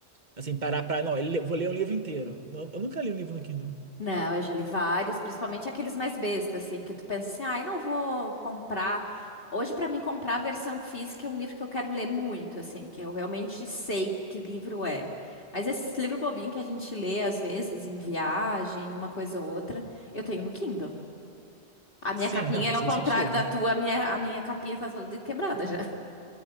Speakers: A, on the right; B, on the left.
A: Assim, parar para, não, ele- vou ler um livro inteiro. Eu eu nunca li um livro no Kindle.
B: Não, eu já li vários, principalmente aqueles mais bestas, assim, que tu pensa assim, ai, não vou comprar. Hoje, pra mim, comprar a versão física é um livro que eu quero ler muito, assim, que eu realmente sei que livro é. Mas esses livros bobinhos que a gente lê, às vezes, em viagem, uma coisa ou outra, eu tenho no Kindle. A minha
A: Sim,
B: capinha
A: não, faz
B: é ao
A: todo
B: contrário
A: sentido.
B: da tua,
A: <laughs>
B: a minha, a minha capinha tá toda quebrada já.